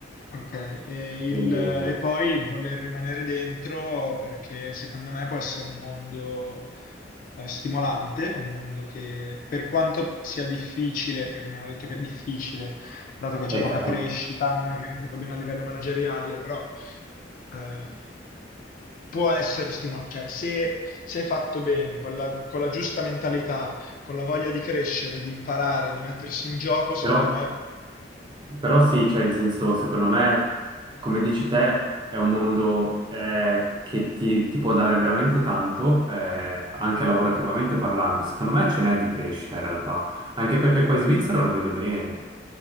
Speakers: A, on the left (about 45°); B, on the right (about 25°).
A: Ok, e, il-
B: E-
A: e poi il voler rimanere dentro perché secondo me può essere un mondo eh, stimolante, un mondo che per quanto sia difficile, perché mi hanno detto che è difficile, dato che c'è
B: è
A: poca
B: chiaro.
A: crescita, non è organizzato bene a livello manageriale, però eh, può essere stimolante. Cioè, se, se è fatto bene, con la, con la giusta mentalità, con la voglia di crescere, di imparare, di mettersi in gioco, secondo
B: Però,
A: me
B: però sì, cioè, in senso, secondo me, come dici te, è un mondo eh, che ti, ti può dare veramente tanto, eh, anche lavorativamente parlando. Secondo me ce n'è di crescita, in realtà. Anche perché qua in Svizzera lo vedo bene.